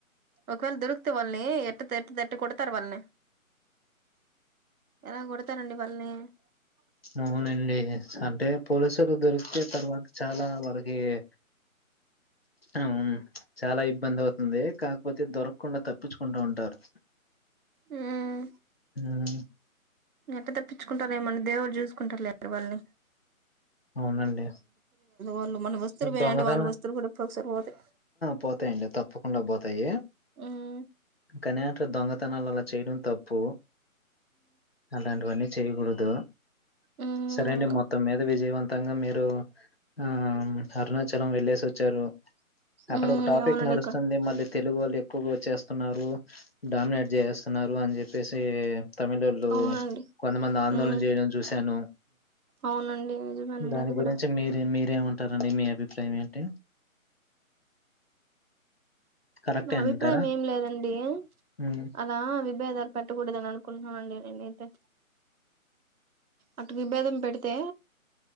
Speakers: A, on the right (about 80°); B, on the left (about 45°).
A: ఒకవేళ దొరికితే వాళ్ళని ఎట్ల తెట్ల ఎట్లా కొడతద వాళ్ ని ఎలా కొడతారండి వాళ్ళని హ
B: అవునండి అంటే పోలీసులు దొరికితే తర్వాత చాలా వరకి ఏ హ చాలా ఇబ్బంది అవుతుంది కాకపోతే దొరకకుండా తప్పించుకుంటూ ఉంటారు
A: ఉమ్
B: ఉమ్
A: ఎత తప్పించుకుంటారు ఏమని దేవుడు చూసుకుంటారు లే అక్క వాళ్ ని
B: అవునండి
A: వాళ్ళు మన వస్తువులు పోయినంటే
B: దొంగతన
A: వాళ్ళ వస్తువులు కూడా ఎప్పుడు ఒకసారి పోతాయి
B: పోతాయండి తప్పకుండా పోతాయి
A: ఉమ్
B: కానీ అట్ల దొంగత తనాలు అలా చేయడం తప్పు అలాంటివన్నీ చేయకూడదు
A: ఉమ్
B: సరే అండి మొత్తం మీద వ జీవన్ మొత్తంగా మీరు ఆ అరుణాచలం వెళ్ళేసి వచ్ వచ్చారు అక్కడ
A: ఉమ్
B: ఒక టాపిక్
A: అవునండి
B: నడుస్తుంది
A: అక్క,
B: మళ్ళీ తెలుగు వాళ్ళు ఎక్కువగా వచ్చేస్తున్నారు డామినేట్ చేసేస్తున్నారు అని చెప్పేసి తమిళోళ్ళు
A: అవునండి
B: కొంతమంది ఆందోళన
A: ఉమ్
B: చేయడం చూశాను
A: అవునండి నిజమేనండి
B: దాని
A: అది
B: గురించి
A: కూడా
B: మీరేం మీరేమంటారండి మీ అభిప్రాయం ఏంటి కరెక్టే
A: నా అభిప్రాయం
B: అంటారా
A: ఏం లేదండి
B: ఉమ్
A: అలా విభేదాలు పెట్టకూడదున కుల్ండి అండి <unintelligible> టే అట విభేదం పెడితే